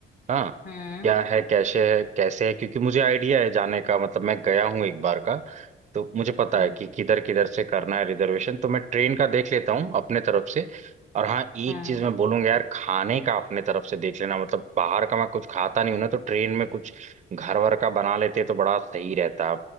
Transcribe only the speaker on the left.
हम्म
हम्म
हम्म